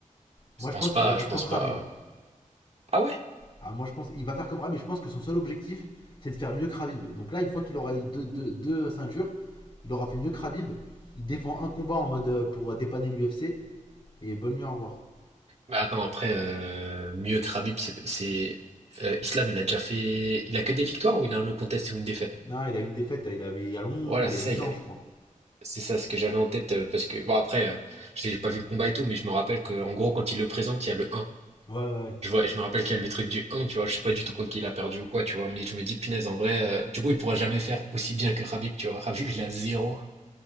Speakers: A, on the left; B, on the right.
A: Moi,
B: Je
A: je
B: pense
A: pense
B: pas,
A: qu'il va faire
B: je pense
A: comme
B: pas.
A: Khabib.
B: Ah ouais?
A: Ah, moi, je pense il va faire comme Khabib. Je pense que son seul objectif, c'est de faire mieux que Khabib. Donc là, une fois qu'il aura eu deux, deux- deux ceintures, il aura fait mieux que Khabib. Il défend un combat en mode euh, pour dépanner l'UFC. Et bonne nuit, au revoir.
B: Mais attends, après, euh, mieux que Khabib, c'est. c'est- euh, Islam, il a déjà fait. Il a que des victoires ou il a un no contest ou une défaite?
A: Non, il a eu une défaite il, a, mais il y a longtemps,
B: Voilà,
A: il
B: c'est
A: y a
B: ça,
A: 10
B: il
A: ans,
B: a.
A: je crois.
B: C'est ça ce que j'avais en tête, euh, parce que. Bon, après, euh, j'ai pas vu le combat et tout, mais je me rappelle qu'en gros, quand il le présente, il y a le un.
A: Ouais, ouais, ouais.
B: Je vois, et je me rappelle qu'il y a le truc du un, tu vois, je sais pas du tout contre qui il a perdu ou quoi, tu vois, mais je me dis, punaise, en vrai, euh, du coup, il pourra jamais faire aussi bien que Khabib, tu vois. Khabib, il a zéro.